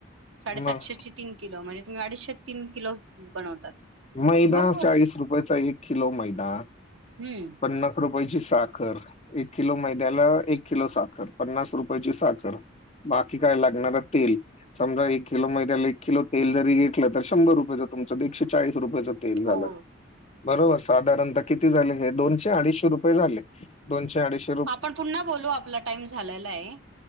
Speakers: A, on the right; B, on the left.
A: साडेसातशे
B: मग
A: ची तीन किलो म्हणजे तुम्ही अडीशेचत तीन किलो बनवतात.
B: मैदा
A: भरपूर
B: चाळीस रुपयाचा एक किलो मैदा.
A: हम्म
B: पन्नास रुपयाची साखर. एक किलो मैद्याला एक किलो साखर पन्नास रुपयाची साखर बाकी काय लागणार. तेल समजा एक किलो मैद्याला एक किलो तेल जरी घेतलं तर शंभर रुपयाचं तुमचं एकशे चाळीस रुपयाचं. ते झालं
A: हो
B: बरोबर साधारणतः किती झाले? दोशे अडीचशे रुपये झाले दोनशे अडीचशे
A: आपण पुन्हा बोलू आपला टाइम झालेला आहे.